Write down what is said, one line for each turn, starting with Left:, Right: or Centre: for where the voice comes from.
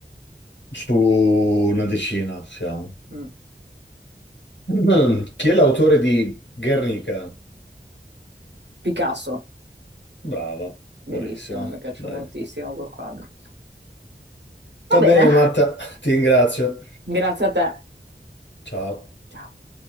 Left: Su una decina siamo.
Right: Mm.
Left: Mm, Chi è l'autore di Guernica?
Right: Picasso,
Left: Brava,
Right: bellissimo,
Left: bravissima,
Right: mi piace
Left: dai.
Right: moltissimo quel quadro. Va
Left: Va
Right: bene.
Left: bene, Marta, ti ringrazio.
Right: Grazie a te.
Left: Ciao.
Right: Ciao.